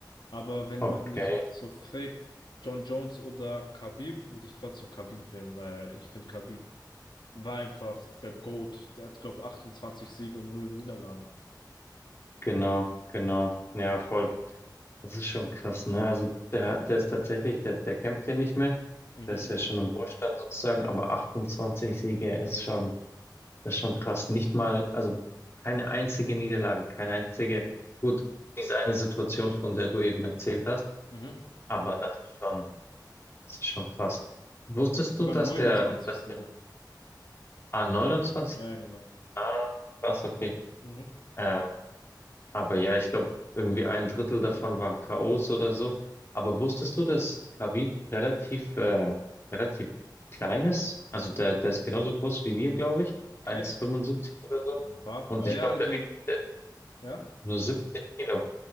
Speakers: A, on the left (about 85°); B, on the left (about 35°).
A: Aber wenn
B: Okay,
A: man mich jetzt so fragt, John Jones oder Khabib, würde ich trotzdem Khabib wählen, weil ich finde, Khabib war einfach der GOAT. Der hat, glaube 28 Siege und null Niederlagen.
B: genau, genau. Ja, voll. Das ist schon krass, ne? Also der, der ist tatsächlich, der, der kämpft ja nicht mehr.
A: Mhm.
B: Der ist ja schon im Ruhestand sozusagen, aber 28 Siege ist schon, das ist schon krass. Nicht mal, also keine einzige Niederlage, keine einzige, gut, diese eine Situation, von der du eben erzählt hast,
A: Mhm.
B: aber das ist schon, das ist schon krass. Wusstest du,
A: Sogar
B: dass
A: 29
B: der, dass
A: Siege.
B: der Ah, 29?
A: Ja, genau.
B: Ah, krass, okay.
A: Mhm.
B: Ähm, aber ja, ich glaube, irgendwie ein Drittel davon waren K.O.s oder so. Aber wusstest du, dass Khabib relativ, äh, relativ klein ist? Also der, der ist genauso groß wie wir, glaube ich. 1,75
A: Echt?
B: oder so.
A: Ja, War-
B: Und
A: Na
B: ich
A: ja,
B: glaube,
A: also,
B: der wiegt äh,
A: ja.
B: nur 70 Kilo.